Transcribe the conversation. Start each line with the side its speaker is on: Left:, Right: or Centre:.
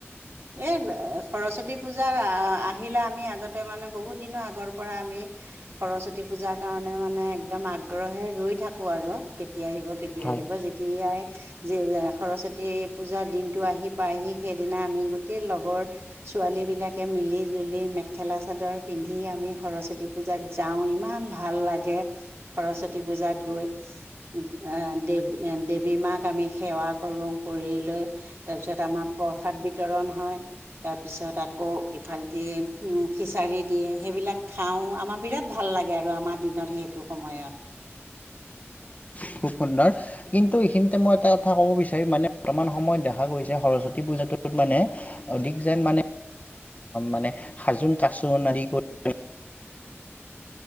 Right: এ সৰস্বতী পূজা আহ আহিলে আমি আগতে মানে বহুত দিনৰো আগৰ পৰা আমি সৰস্বতী পূজাৰ কাৰণে মানে একদম আগ্ৰহে ৰৈ থাকো আৰু কেতিয়া আহিব কেতিয়া
Left: হয়
Right: আহিব যেতিয়াই যে সৰস্বতী এই পূজাৰ দিন টো আহি পাই আহি সেইদিনা আমি গোটেই লগৰ ছোৱালী বিলাকে মিলি জুলি মেখেলা চাদৰ পিন্ধি আমি সৰস্বতী পূজাত যাওঁ ইমান ভাল লাগে সৰস্বতী পূজাত গৈ আহ দেৱ দেৱী মাক আমি সেৱা কৰো কৰি লৈ তাৰ পিছত আমাৰ প্ৰসাদ বিতৰণ হয় তাৰপিছত আকৌ ইফালটি খিচাৰি দিয়ে সেইবিলাক খাওঁ আমাৰ বিৰাট ভাল লাগে আৰু আমাৰ দিনত সেইটো সময়ত
Left: খুব সুন্দৰ কিন্তু এইখিনিতে মই এটা কথা কব বিচাৰিম মানে বৰ্তমান সময়ত দেখা গৈছে সৰস্বতী পূজাটোত মানে অধিক যেন মানে মানে হাজোন কাচোন আদি কৰি